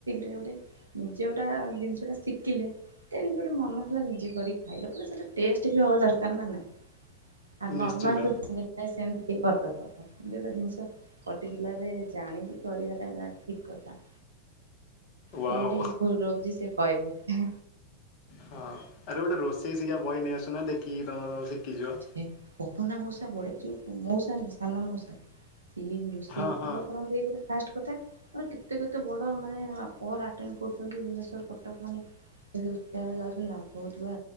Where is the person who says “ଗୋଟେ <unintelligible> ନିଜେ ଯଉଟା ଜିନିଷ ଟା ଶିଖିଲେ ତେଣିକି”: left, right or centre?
Right